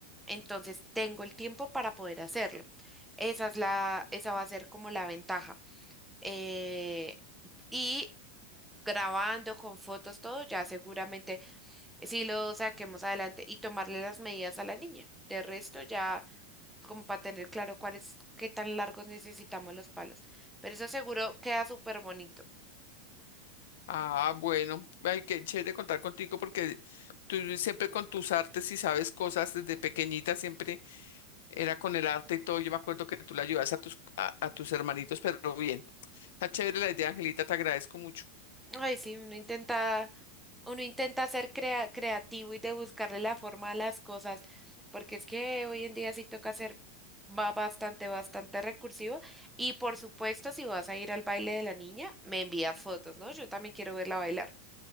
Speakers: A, in the centre; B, on the left.
A: entonces tengo el tiempo para poder hacerlo. Esa es la, esa va a ser como la ventaja. Eh, y grabando con fotos, todo, ya seguramente sí lo saquemos adelante y tomarle las medidas a la niña. De resto, ya como para tener claro cuáles, qué tan largos necesitamos los palos. Pero eso seguro queda súper bonito.
B: Ah, bueno, ay, qué chévere contar contigo porque tú siempre con tus artes y sabes cosas desde pequeñita, siempre. Era con el arte y todo. Yo me acuerdo que tú le ayudas a tus, a, a tus hermanitos, pero bien. Está chévere la idea, Angelita, te agradezco mucho.
A: Ay, sí, uno intenta Uno intenta ser crea- creativo y de buscarle la forma a las cosas, porque es que hoy en día sí toca ser va bastante, bastante recursivo. Y por supuesto, si vas a ir al baile de la niña, me envías fotos, ¿no? Yo también quiero verla bailar.